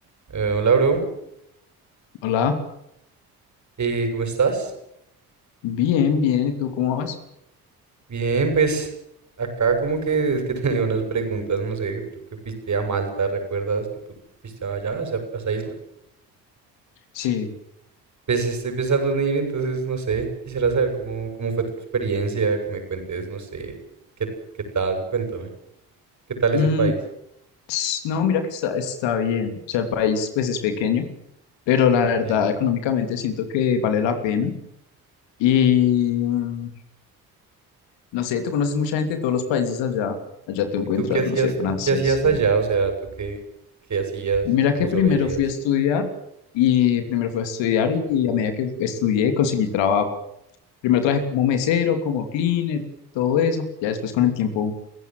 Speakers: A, on the right; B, on the left.
A: Eh, hola, bro.
B: Hola,
A: Eh, ¿cómo estás?
B: bien, bien. ¿Y tú cómo vas?
A: Bien, pues acá como que es que <laughs> tenía unas preguntas, no sé, tú que fuiste a Malta, ¿recuerdas que tú fuiste allá, a esa, a esa isla?
B: Sí.
A: Pues estoy pensando en ir, entonces no sé, quisiera saber cómo, cómo fue tu experiencia, que me cuentes, no sé, qué, qué tal, cuéntame, qué tal
B: Mm,
A: es el país.
B: s- no, mira que está, está bien. O sea, el país pues es pequeño, pero la verdad
A: Sí.
B: económicamente siento que vale la pena. Y mm, no sé, tú conoces mucha gente de todos los países allá. Allá tú encuentras,
A: ¿Y tú qué hacías,
B: no sé, franceses.
A: tú qué hacías allá? O sea, ¿tú qué, qué hacías,
B: Mira
A: cómo
B: que
A: sobrevivías?
B: primero fui a estudiar y primero fui a estudiar y a medida que estudié conseguí trabajo. Primero trabajé como mesero, como cleaner, todo eso. Ya después con el tiempo